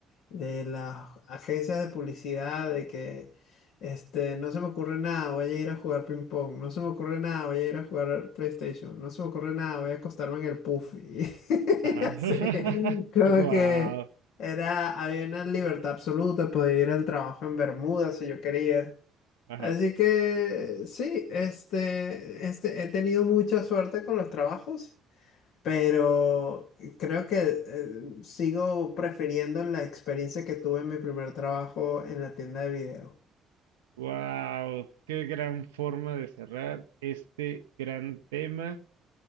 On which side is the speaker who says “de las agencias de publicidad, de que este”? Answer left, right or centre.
Left